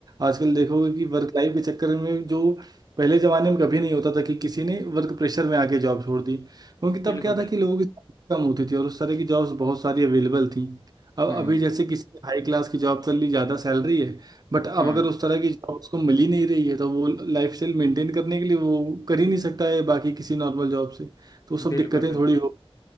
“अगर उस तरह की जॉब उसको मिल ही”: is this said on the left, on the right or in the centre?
Right